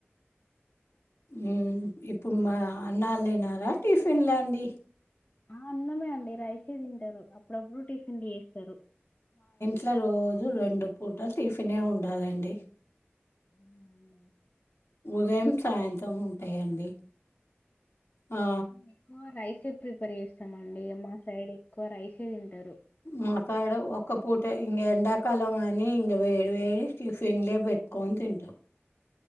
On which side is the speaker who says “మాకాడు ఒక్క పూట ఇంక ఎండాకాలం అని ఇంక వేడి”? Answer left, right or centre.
Left